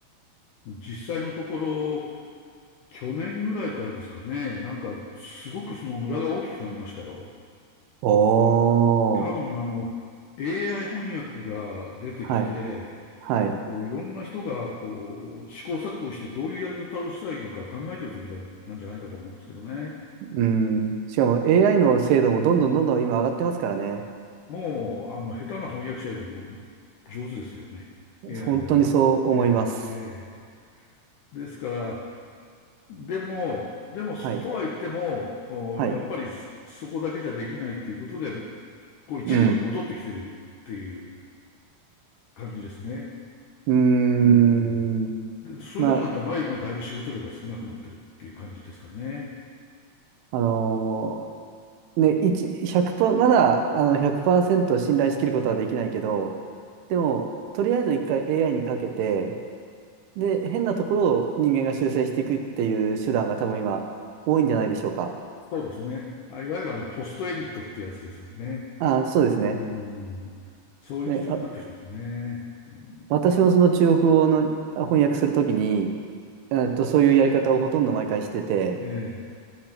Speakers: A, on the left; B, on the right.
A: 実際のところ、去年ぐらいからですかね、なんか、すごくその村が大きくなりましたよ。
B: おー。
A: 多分、あの、AI 翻訳が出てきて、
B: はい。はい。
A: こう、いろんな人が、こう、試行錯誤してどういうやり方をしたらいいのか考えてる時だなんじゃないかと思うんですけどね。
B: うん。しかも AI の精度もどんどんどんどん今上がってますからね。
A: もう、あの、下手な翻訳者よりも上手ですよね。AI
B: 本当にそう思います。
A: の方が。ええ、ええ。ですから、でも、でも、
B: はい。
A: とは言っても、おやっぱりそそこだけじゃできないっていうことで、
B: はい。
A: こう一部が戻ってきてるっていう
B: うん。
A: 感じですね。
B: うーん。
A: うん。で、それでもなんか前よりもだいぶ仕事量が少なくなってるっていう感じですかね。
B: まあ、あのーね、一1 0まだ、あの、100%信頼しきることはできないけど、でも、とりあえず一回 AI にかけて、で、変なところを人間が修正していくっていう手段が多分今、多いんじゃないでしょうか。
A: そうですね。あ、いわゆるあの、ポストエディットってやつですね。
B: あ、そうですね。
A: うん。そういう時代になってきますね。
B: で、わ
A: うん、
B: 私もその中国語のあ翻訳するときに、えっと、そういうやり方をほとんど毎回してて、
A: ええ。